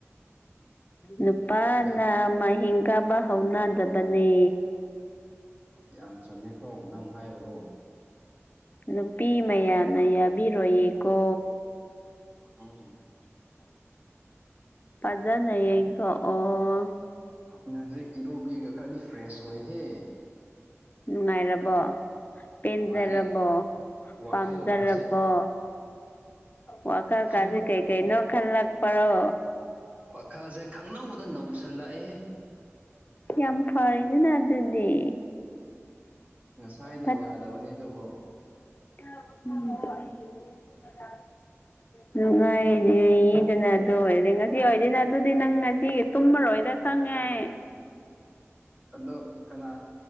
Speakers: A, on the left (about 35°); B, on the right (about 30°).
A: ꯅꯨꯄꯥꯅ
B: ꯌꯥꯝ
A: ꯃꯒꯥꯕ ꯍꯧꯅꯥ ꯑꯗꯨꯗꯅꯤ
B: ꯌꯥꯝ ꯆꯨꯝꯃꯦꯀꯣ ꯅꯪ ꯍꯥꯏꯕꯗꯣ
A: ꯅꯨꯄꯤ ꯃꯌꯥꯝꯅ ꯌꯥꯕꯤꯔꯣꯏꯌꯦꯀꯣ
B: ꯑ
A: ꯐꯖꯅꯌꯦꯡꯊꯛ ꯑꯣ
B: ꯎ ꯍꯧꯖꯤꯛ ꯏꯔꯣꯕꯤꯒ ꯈꯔꯗꯤ ꯐ꯭ꯔꯦꯁ ꯑꯣꯏꯍꯦ
A: ꯅꯨꯡꯉꯥꯏꯔꯕꯣ ꯄꯦꯟꯖꯔꯕꯣ
B: ꯅꯨꯡꯉꯥꯏꯔꯦ ꯋꯥꯈꯜ
A: ꯄꯥꯝꯖꯔꯕꯣ
B: ꯀꯥꯁꯦ
A: ꯋꯥꯈꯜ
B: ꯈꯪꯅꯧ
A: ꯀꯥꯁꯦ ꯀꯩ ꯀꯩꯅꯣ ꯈꯜꯂꯛꯄꯔꯣ
B: ꯋꯥꯈꯜꯁꯦ ꯈꯪꯅꯧꯗ ꯅꯧꯁꯜꯂꯛꯏꯍꯦ
A: ꯌꯥꯝ ꯐꯔꯦꯗꯨꯅ ꯑꯗꯨꯗꯤ
B: ꯉꯁꯥꯏꯗꯤ
A: ꯐꯠ
B: ꯌꯥꯗꯕꯅꯤ ꯑꯗꯨꯕꯨ
A: ꯎꯝ
B: ꯎ
A: ꯅꯨꯡꯉꯥꯏꯔꯤꯦꯗꯅ ꯑꯗꯨ ꯑꯣꯏꯔꯗꯤ ꯉꯁꯤ ꯑꯣꯏꯔꯗꯤꯅꯦ ꯑꯗꯨꯗꯤ ꯅꯪ ꯉꯁꯤꯒꯤ ꯇꯨꯝꯃꯔꯣꯏꯗ ꯁꯉꯥꯏ
B: ꯑꯗꯣ ꯀꯅꯥ